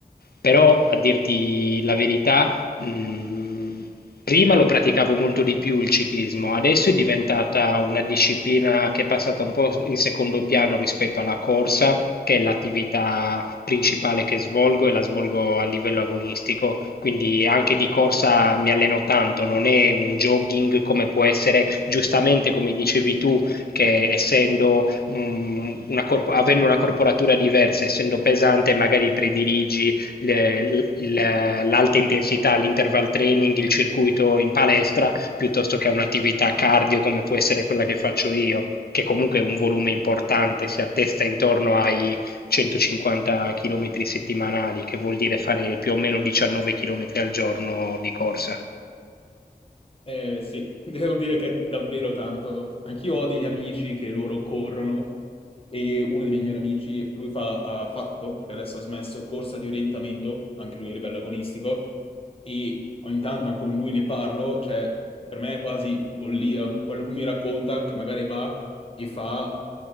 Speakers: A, on the left; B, on the left.
A: Però a dirti la verità, mh, prima lo praticavo molto di più il ciclismo, adesso è diventata una disciplina che è passata un po' in secondo piano rispetto alla corsa, che è l'attività principale che svolgo e la svolgo a livello agonistico, quindi anche di corsa mi alleno tanto, non è un jogging come può essere giustamente come dicevi tu, che essendo mm, una corpo- avendo una corporatura diversa, essendo pesante, magari prediligi le- l- l- l'alta intensità, l'interval training, il circuito in palestra, piuttosto che a un'attività cardio come può essere quella che faccio io, che comunque è un volume importante, si attesta intorno ai 150 chilometri settimanali, che vuol dire fare più o meno 19 chilometri al giorno di corsa.
B: Eh, sì, <laughs> devo dire che è davvero tanto. Anch'io ho degli amici che loro corrono e uno dei miei migliori amici, lui fa, ha fatto, perché adesso ha smesso, corsa di orientamento, anche lui a livello agonistico, e ogni tanto anche con lui ne parlo, cioè per me è quasi follia quello che mi racconta, che magari va e fa